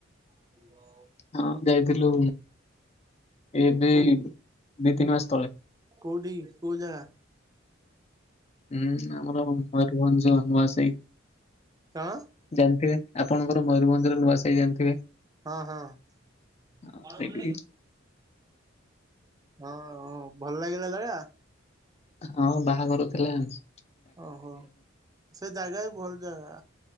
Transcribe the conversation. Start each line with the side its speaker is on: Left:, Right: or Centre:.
Right: ହାଲୋ
Left: ହଁ ଯାଇଥିଲୁ ଏବେ
Right: କୋ
Left: ଏଇ ଦି ତିନି ମାସ ତଳେ।
Right: କୋଉଠି କୋଉ ଜାଗା?
Left: ଉଁ ଆମର ମୟୂରଭଞ୍ଜ ନୂଆ ସାହି।
Right: କଣ
Left: ଜାଣିଥିବେ ଆପଣଙ୍କର ମୟୂରଭଞ୍ଜରେ ନୂଆ ସାହି ଜାଣିଥିବେ।
Right: ହଁ ହଁ
Left: ଆଉ
Right: <unintelligible>
Left: ସେଇଠି
Right: ହଁ ହଁ ଭଲ ଲାଗିଲା ଜାଗା?
Left: ହଁ ବାହାଘର ଥିଲାନସ୍।
Right: ଓହୋ ସେ ଜାଗା ଭଲ ଜାଗା।